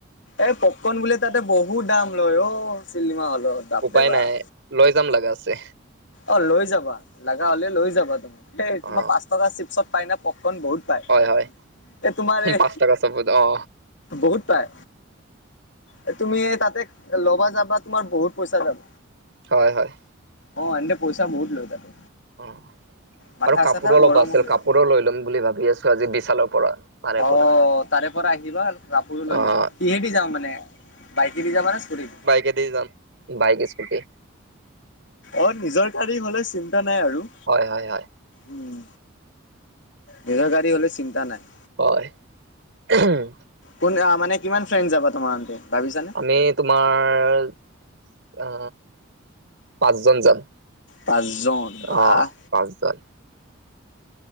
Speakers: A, on the left; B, on the right.
A: এই পপকন বোলে তাতে বহুত দাম লয় অ চিনেমা হলত বাপৰে
B: উপায়
A: বাপ
B: নাই লৈ যাম লগাতে
A: অ লৈ যাবা লাগা হলে লৈ যাবা তুমি এই তোমাৰ
B: অ
A: পাঁচ টকা চিপছত পাই না পপকণ বহুত পায়
B: হয় হয়
A: এই তোমাৰ এই
B: পাঁচ টকাত চব অ
A: বহুত পাই এ তুমি তাতে ল'বা যাবা তোমাৰ বহুত পইচা যাব
B: হয় হয়
A: অ এনদে পইচা বহুত লয় তাতে
B: অ
A: মাথা
B: আৰু কাপৌৰৌ
A: চাথা
B: অলপ
A: গৰম
B: আছিল
A: হৈ যায়।
B: কাপৌৰৌ লৈ ল'ম বুলি ভাবি আছো আজি বিশালৰ পৰা তাৰে
A: অ
B: পৰা
A: তাৰে পৰা আহিবা কাপোৰো লৈ
B: অ'
A: লবা কিহেদি যাম মানে বাইকেদি যাবা নে স্কুটিত
B: কেদি যাম বাইক স্কুটি
A: অ নিজৰ গাড়ী হলে চিন্তা নাই আৰু
B: হয় হয় হয়
A: উম নিজৰ গাড়ী হ'লে চিন্তা নাই
B: হয় এহুও
A: কোন আ মানে কিমান ফ্ৰেণ্ড যাব তোমাৰহতে ভাবিছানে
B: আমি তোমাৰ আ পাঁচজন যাম
A: পাঁচজন বাহ
B: অ পাঁচজন